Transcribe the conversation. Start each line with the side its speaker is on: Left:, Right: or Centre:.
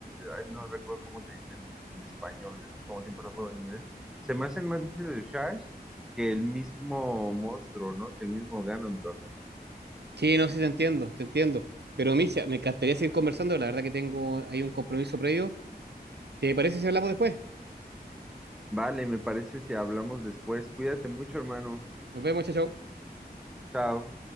Centre: ay, no recuerdo cómo se dice en, en español, es como siempre lo juego en inglés, se me hacen más difíciles los shires que el mismo monstruo, ¿no? Que el mismo Ganondorf.
Right: Sí, no sí te entiendo, te entiendo. Pero Misha, me encantaría seguir conversando, la verdad que tengo ahí un compromiso previo. ¿Te parece si hablamos después?
Centre: Vale, me parece si hablamos después. Cuídate mucho, hermano.
Right: Nos vemos, chao, chao.
Centre: Chao.